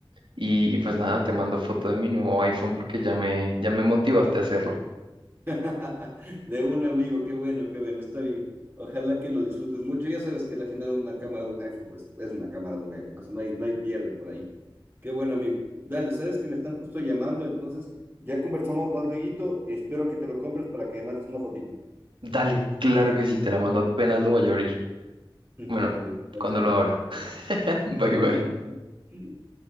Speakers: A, on the right (about 70°); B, on the right (about 25°).
A: Y, y pues nada, te mando foto de mi nuevo iPhone porque ya me, ya me motivaste a hacerlo.
B: Yeah. <laughs> De un amigo, qué bueno, qué bueno, está bien. Ojalá que lo disfrutes mucho. Ya sabes que al final una cámara de un iPhone, pues es una cámara de un iPhone, eso no hay, no hay pierde por ahí. Qué bueno, amigo. Dale, sabes que me están justo llamando, entonces ya conversamos más luego. Espero que te lo compres para que me mandes una fotito.
A: Dale, claro que sí, te la mando apenas lo vaya a abrir.
B: <laughs>
A: Bueno,
B: Dale, amigo.
A: cuando
B: Chao.
A: lo abra. <laughs> Bye
B: chao.
A: bye.
B: <laughs>